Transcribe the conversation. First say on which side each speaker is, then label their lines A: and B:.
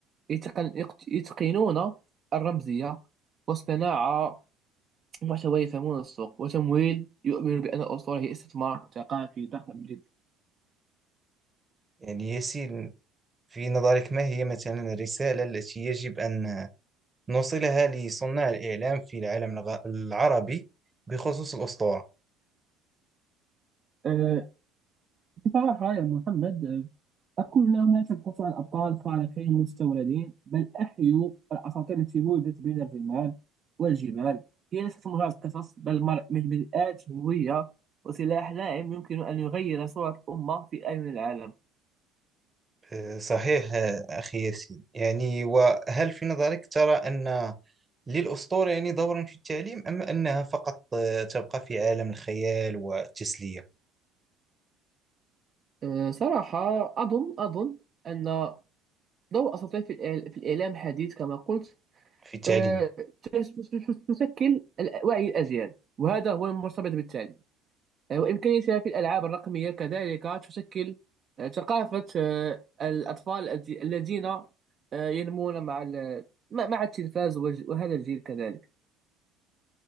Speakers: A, on the right; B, on the right.
A: يتقن يقت- يتقنون الرمزية والصناعة محتوى يفهمون السوق وتمويل يؤمن بأن الأسطورة هي استثمار ثقافي ضخم جدا
B: يعني ياسين في نظرك ما هي مثلا الرسالة التي يجب أن نوصلها لصناع الإعلام في العالم الغ- العربي بخصوص الأسطورة
A: أه بصراحة يا محمد آه، أقول لا لا تبحثوا عن أبطال خارقين مستوردين بل أحيوا الأساطير التي ولدت بين الرمال والجبال هي ليست مجرد قصص بل مر- من بدءات هوية وسلاح لائم يمكن أن يغير صورة أمة في أعين العالم
B: أه، صحيح أه، أخي ياسين يعني وهل في نظرك ترى أن للأسطورة يعني دورا في التعليم أم أنها فقط أه، تبقى في عالم الخيال والتسلية
A: أه، صراحة أظن أظن أن ضوء أساطير في الإعل- في الإعلام الحديث كما قلت
B: في التعليم
A: أه، تس- تس- تس- تشكل ال- وعي الأجيال وهذا هو المرتبط بالتعليم وإمكانيتها في الألعاب الرقمية كذلك تشكل آه، ثقافة آه، الأطفال الذي- الذين آه، ينمون مع ال- مع مع التلفاز والج- وهذا الجيل كذلك